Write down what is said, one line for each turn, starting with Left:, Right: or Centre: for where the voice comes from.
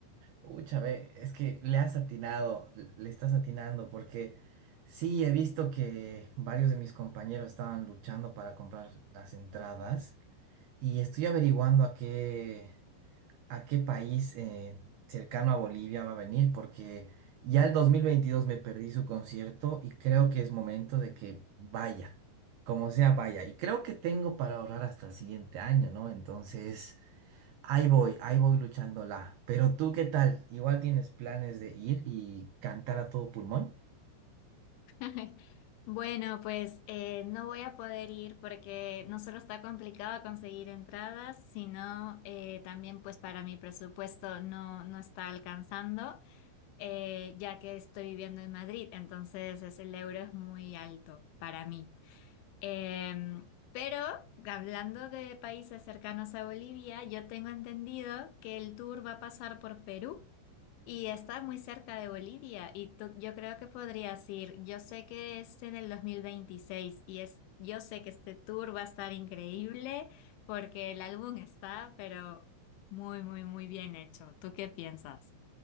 Right: Ucha, ve, es que le has atinado, l- le estás atinando, porque sí, he visto que varios de mis compañeros estaban luchando para comprar las entradas y estoy averiguando a qué. a qué país eh, cercano a Bolivia va a venir, porque ya el 2022 me perdí su concierto y creo que es momento de que vaya, como sea, vaya. Y creo que tengo para ahorrar hasta el siguiente año, ¿no? Entonces, ahí voy, ahí voy luchándola. Pero tú, ¿qué tal? ¿Igual tienes planes de ir y cantar a todo pulmón?
Left: <laughs> Bueno, pues eh, no voy a poder ir porque no solo está complicado conseguir entradas, sino eh, también pues para mi presupuesto no, no está alcanzando, eh, ya que estoy viviendo en Madrid, entonces es- el euro es muy alto para mí. Em, pero hablando de países cercanos a Bolivia, yo tengo entendido que el tour va a pasar por Perú y está muy cerca de Bolivia y tú- yo creo que podrías ir. Yo sé que es en el 2026 y es, yo sé que este tour va a estar increíble porque el álbum está, pero muy, muy, muy bien hecho. ¿Tú qué piensas?